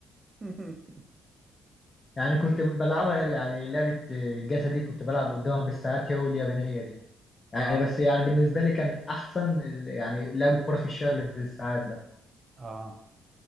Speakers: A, on the right; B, on the left.
A: <laughs>
B: يعني كنت بلعبها يعني لعبة الجاتا دي كنت بلعب قدامها بالساعات هي واليابانية دي يعني
A: اه
B: بس يعني بالنسبة لي كان أحسن ال- يعني لعب الكورة في الشارع اللي بالساعات ده
A: اه